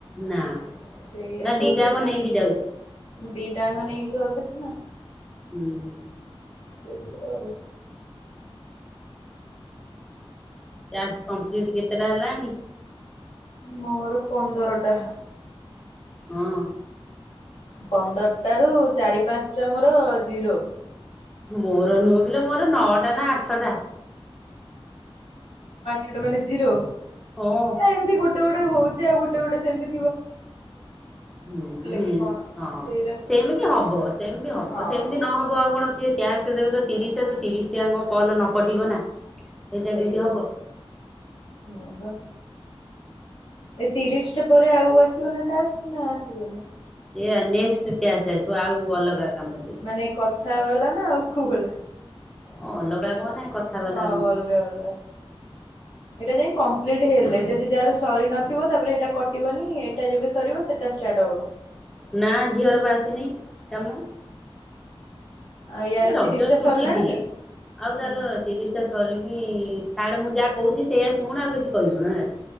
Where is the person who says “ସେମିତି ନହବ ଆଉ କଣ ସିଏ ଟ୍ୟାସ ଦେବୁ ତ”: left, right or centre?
Centre